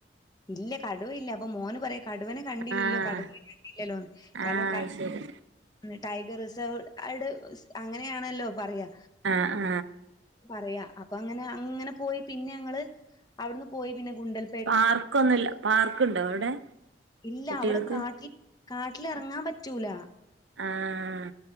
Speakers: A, on the left; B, on the right.
A: ഇല്ല കടുവ ഇല്ല അപ്പൊ മോന് പറയാ കടുവനെ കണ്ടില്ലല്ലോ
B: ആഹ്
A: കടുവ കണ്ടില്ലല്ലോന്ന് കാരണം
B: ആഹ് അത് ശരി
A: ടൈഗർ റിസർവ് ആടെ അങ്ങനെയാണല്ലോ പറയാ
B: ആ ആ
A: പറയാ അപ്പൊ അങ്ങനെ അങ്ങനെ പോയി പിന്നെ ഞങ്ങള് അവിടുന്ന് പോയി പിന്നെ ഗുണ്ടൽ
B: പാർക്കൊന്നുംല്ല പാർക്കുണ്ടോ അവിടെ
A: ഇല്ല
B: കുട്ടികൾക്ക്
A: അവിടെ കാട്ടിൽ കാട്ടില ഇറങ്ങാൻ പറ്റൂല
B: ആഹ